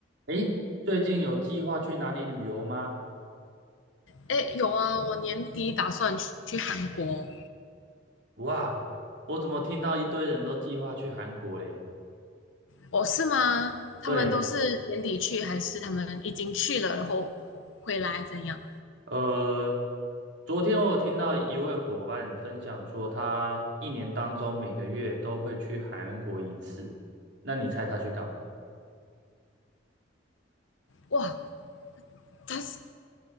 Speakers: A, on the right (about 65°); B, on the left (about 85°).
A: 诶，最近有计划去哪里旅游吗？
B: 哎，有啊，我年底打算去去韩国。
A: 哇，我怎么听到一堆人都计划去韩国嘞？
B: 哦，是吗？他们都是年底去，
A: 对，
B: 还是他们已经去了，然后回来怎样？
A: 呃，昨天我有听到一位伙伴分享说，他一年当中每个月都会去韩国一次。那你猜他去干嘛？
B: 哇，他是